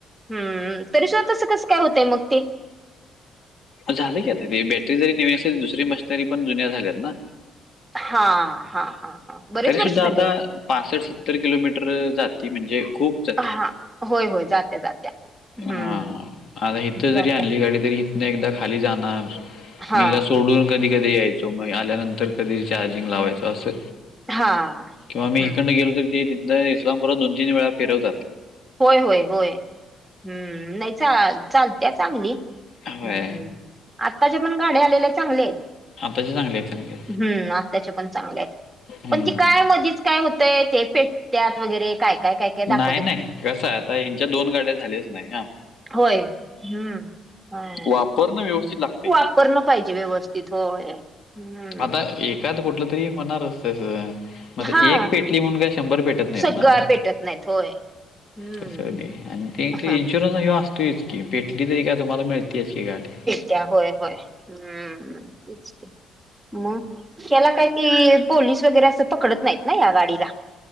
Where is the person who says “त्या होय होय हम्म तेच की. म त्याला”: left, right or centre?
Right